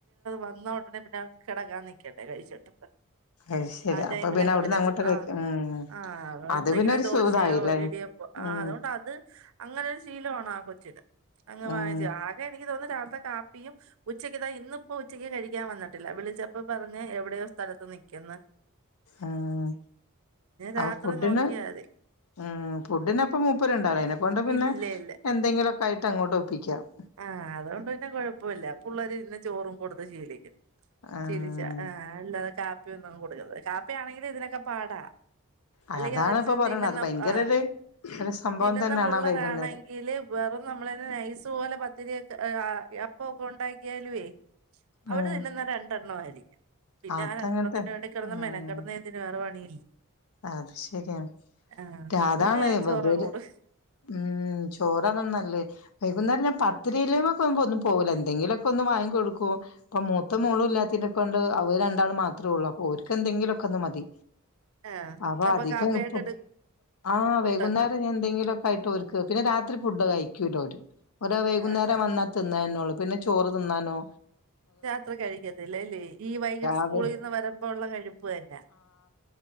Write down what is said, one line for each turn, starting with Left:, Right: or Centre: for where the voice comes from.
Right: വന്ന ഉടനെ പിന്നെ കിടക്കാൻ നിക്കണ്ടേ കഴിച്ചിട്ട്.
Left: അത് ശരി
Right: ആ
Left: അപ്പൊ
Right: ടൈമിലൊക്കെ
Left: അവിടുന്ന്
Right: പിന്നെ
Left: അങ്ങോട്ട് കഴിക്കും
Right: ആ
Left: ഉം
Right: ആ
Left: അത്
Right: എന്തെങ്കിലും
Left: പിന്നെ ഒരു
Right: ദോശയോ
Left: സുഖായില്ലേ
Right: ഇടിയപ്പോ ആ
Left: ഉം
Right: അതുകൊണ്ട് അത് അങ്ങനെ ഒരു ശീലോണ് ആ കൊ <inaudible> അങ്ങങ്
Left: ഉം
Right: വാനിച്ചു ആരെ എനിക്ക് തോന്നി കാപ്പിയും ഉച്ചക്കത്ത താ ഇന്നിപ്പോ ഉച്ചക്ക് കഴിക്കാ വന്നിട്ടില്ല. വിളിച്ചപ്പ പറഞ്ഞ് എവിടെയോ സ്ഥലത്ത് നിക്കന്ന്.
Left: ഉം അപ്പൊ
Right: രാത്രി
Left: ഫുഡിന്
Right: നോക്കിയാ മതി
Left: ഉം ഫുഡിന്പ്പ മൂപ്പരു ഉണ്ടാലോ അതിനെക്കൊണ്ട് പിന്നെ
Right: ഇല്ല ഇല്ല
Left: എന്തെങ്കിലൊക്കെ ആയിട്ട് അങ്ങോട്ടും <inaudible>
Right: ആ അതുകൊണ്ട് പിന്നെ കുഴപ്പൊല്ല പുള്ളര് ഇന്നെ ചോറും കൊടുത്ത് ശീലിക്കും.
Left: ആഹ്
Right: ചിരിച്ച ആഹ് ന്താത് കാ കൊടുക്കന്നത് കാ ഇതിനൊക്കെ പാട
Left: അതാണ്
Right: അല്ലെങ്കി അതനുസരിച്ച്
Left: ഇപ്പൊ പറയണ
Right: തിന്നുന്ന
Left: അത് ഭയങ്കര
Right: ആ
Left: ഒരു ഒരു സംഭവം
Right: തിന്നുന്ന
Left: തന്നെയാണ്
Right: പുള്ളരാണെങ്കില്
Left: ആ വൈകുന്നേരം
Right: വെറും നമ്മളേന്ന് നൈസ് ലെ പദ്ധതിയൊക്കെ അപ്പൊ പ്പൊ ഉണ്ടാക്കിയാലു വെ അവട്
Left: ഉം
Right: നിന്നെന്നാ രണ്ടെണ്ണം ആരി <inaudible> പിന്നെ
Left: അതങ്ങനത്തെ
Right: ആ രണ്ടെണത്തിന് വേണ്ടി കിടന്ന്
Left: ഉം
Right: മെന കെടന്ന എന്തിന് വേറെ പണിയില്ലേ? <inaudible>
Left: അത് ശരിയാണ്.
Right: ആഹ് അതുകൊണ്ട്
Left: അതാണ്
Right: ഞാൻ ചോറങ്ങ്
Left: അവര്
Right: കൊടുക്കും
Left: ഉം ചോറാണ് നല്ലത് വൈകുന്നേരം പത്ത് <inaudible> പോകില്ല എന്തെങ്കിലുമൊക്കെ ഒന്ന് വാങ്ങി കൊടുക്കും. ഇപ്പൊ മൂത്ത മോളും ഇല്ലാത്തിതിനെ കൊണ്ട് അവര് രണ്ടാൾ മാത്രേ ഉള്ളു അപ്പൊ ഓര്ക്കെന്തെങ്കിലുമൊക്കെ ഒന്ന് മതി.
Right: ആഹ്
Left: അപ്പൊ അധികം
Right: കാപ്പിയായിട്ട്
Left: ഇപ്പ
Right: എടു
Left: ആഹ്
Right: പുട്ടൊക്കെ
Left: വെകുന്നേരം എന്തെങ്കിലുക്കെ ആയിട്ട് പിന്നെ രാത്രി ഫുഡ് കഴിക്കൂല ഓര്. ഓര വൈകുന്നേരം
Right: ആഹ് ആഹ്
Left: വന്നാ തിന്ന എന്നൊള്ളു. പിന്നെ ചോറ് തിന്നാനു.
Right: രാത്രി കഴിക്കത്തില്ലല്ലേ ഈ വൈകിട്ട് സ്കൂളിന്ന്
Left: അതെ
Right: വരുമ്പോള്ള കഴിപ്പന്നെ.